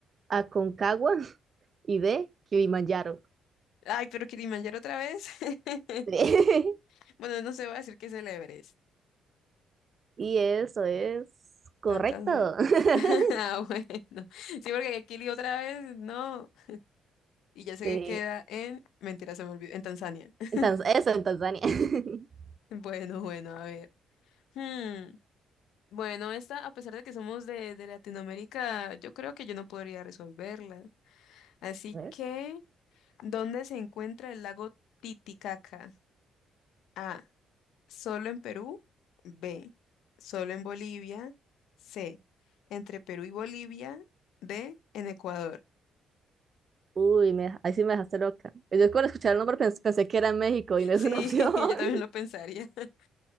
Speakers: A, on the right; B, on the left.
A: Aconcagua. Y D, Kilimanjaro.
B: Ay, pero Kilimanjaro otra vez. <laughs>
A: <laughs>
B: Bueno, no se va a decir que es el Everest.
A: Y eso es correcto.
B: Tan, tan.
A: <laughs>
B: <laughs> Ah, bueno. Sí, porque Kili otra vez, no. Y ya sé
A: Sí.
B: que queda en. Mentira, se me olvidó. En Tanzania. <laughs>
A: En Tanz- eso en Tanzania. <laughs>
B: Bueno, bueno, a ver. Hmm, Bueno, esta, a pesar de que somos de, de Latinoamérica, yo creo que yo no podría resolverla. Así
A: A ver.
B: que, ¿dónde se encuentra el lago Titicaca? A. Solo en Perú. B. Solo en Bolivia. C. Entre Perú y Bolivia. D. En Ecuador.
A: Uy, me, ahí sí me dejaste loca. Yo cuando escuchar el nombre pens- pensé, que era en México y no es
B: Sí,
A: una opción.
B: <laughs>
A: <laughs>
B: yo también lo pensaría. <laughs>